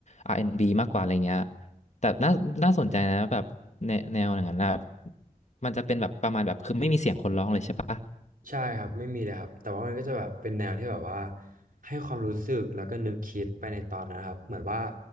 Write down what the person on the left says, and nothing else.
R&B มากกว่าอะไรเงี้ยแต่น่าน่าสนใจนะแบบแนวแนวอย่างนั้นนะมันจะเป็นแบบประมาณแบบคือไม่มีเสียงคนร้องเลยใช่ปะ